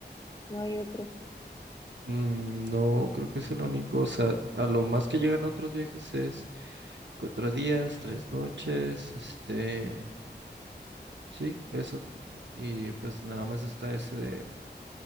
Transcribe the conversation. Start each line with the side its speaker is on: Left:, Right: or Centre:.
Left: No hay otro.
Right: Mm, no, creo que es el único. O sea, a lo más que llegan otros viajes es cuatro días, tres noches, este, sí, eso. Y pues nada más está ese de,